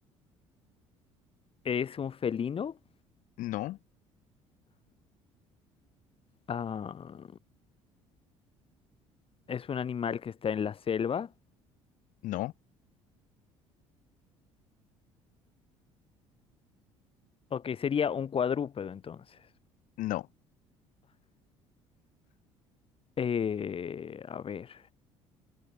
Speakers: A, on the left; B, on the left.
A: Es un felino.
B: no,
A: ah, es un animal que está en la selva.
B: no,
A: Ok, sería un cuadrúpedo entonces.
B: no.
A: Eh, a ver.